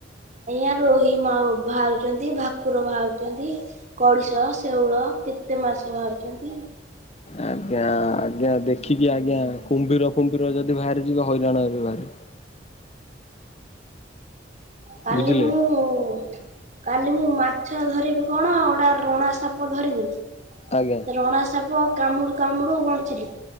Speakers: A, on the right; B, on the left.
A: ଆଜ୍ଞା, ରୋହି ମା ବାହାରୁଛନ୍ତି, ଭାକୁର ବାହାରୁଛନ୍ତି ଗଡିଶ, ଶେଉଳ କେତେ ମାଛ ବାହାରୁଛନ୍ତି
B: ଆଜ୍ଞା, ଆଜ୍ଞା। ଦେଖିକି ଆଜ୍ଞା କୁମ୍ଭୀର କୁମ୍ଭୀର ଯଦି ବାହାରିଯିବେ, ହଇରାଣ ହେବେ ଭାରି।
A: କାଲି
B: ବୁଝିଲେ
A: ମୁଁ କାଲି ମୁଁ ମାଛ ଧରିବି କଣ, ଗୋଟା ରଣା ସାପ ଧରିଦେଲି
B: ଆଜ୍ଞା।
A: ରଣା ସାପ କାମୁଡୁ କାମୁଡୁ ବଞ୍ଚିଲି,